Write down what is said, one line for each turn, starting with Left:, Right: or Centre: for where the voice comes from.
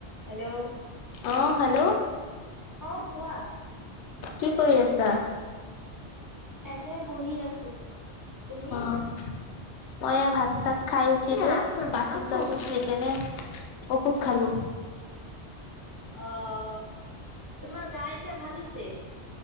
Right: Hello
Left: অ hello
Right: অ' কোৱা।
Left: কি কৰি আছা?
Right: এনেই বহি আছো। তুমি?
Left: অ' মই এয়া ভাত- চাত খাই উঠিলো। বাচন চাচন ধুই পিনে ঔষধ খালোঁ।
Right: অ' তোমাৰ গা এতিয়া ভাল হৈছে।